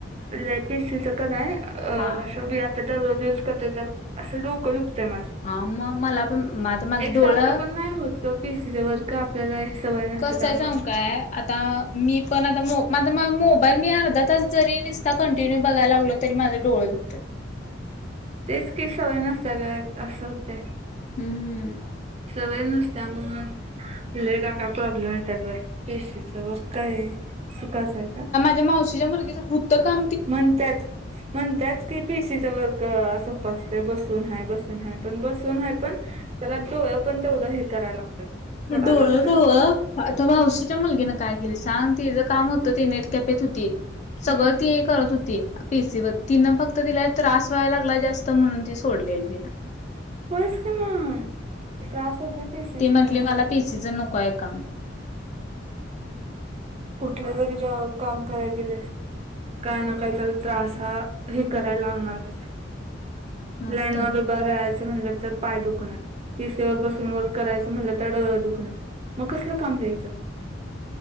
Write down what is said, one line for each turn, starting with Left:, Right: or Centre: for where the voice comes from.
Right: ले पी सी च हिच का नाही अ
Left: हा
Right: अस असं डोक दुखतय- माझं.
Left: हा मग मला पण म आता माझं
Right: एक
Left: डोळं
Right: सारख पण नाही होत पीसी चे वरच. का आपल्याला सवय नसतं
Left: कसं
Right: त्यामुळे.
Left: आहे सांगू काय आता मी पण आता मो माझ मोबाईल मी अर्धा तास जरी दिसता कंटिन्यू बघायला लाग तरी माझे डोळे दुखतात.
Right: तीचकी सवय नसते ग‌ं. असं होतंय.
Left: हम्म.
Right: सवय नुसत्या मग लेगा काय प्रॉब्लेम येत बा. पीसीच वर काय हाय सुकाचं आहे का?
Left: णे मावशीच्या मुलगचं होतं का
Right: म्हणतात म्हणतात की पीशीचं वर्ग असं स बसून हाय बसून हाय पण बसून हाय पण बसुन ह्या डोळे पण तेवढं हे करायला लागतात. फोडायला
Left: डोळा
Right: लागतात
Left: नावा. आ मावशीच्या मुलगीने काय केली सांग तिचं काम होतं ती नेटकॅपेत होती. सगळं
Right: हम्म
Left: ती हे करत होती पेसीवर तिना फक्त तिला त्रास व्हायला लागला जास्त म्हणून ती सोडलेली तीन.
Right: होयस की मग. त्रास होते. पीसीच्या
Left: ती
Right: हेन
Left: म्हटली मला
Right: सोड
Left: पीसीचं नको आहे काम.
Right: कुठले तरी ज काम करायला गेले काय ना काय तरी त्रास हा हे करायला लागणारच.
Left: मग
Right: लाईन
Left: तर
Right: वर उभं राहायचं म्हटलं तर पाय दुखणार. पिसीवर बसून वर्क करायचं म्हणलं तर डोळे दुखणार मग कसलं काम द्यायचं.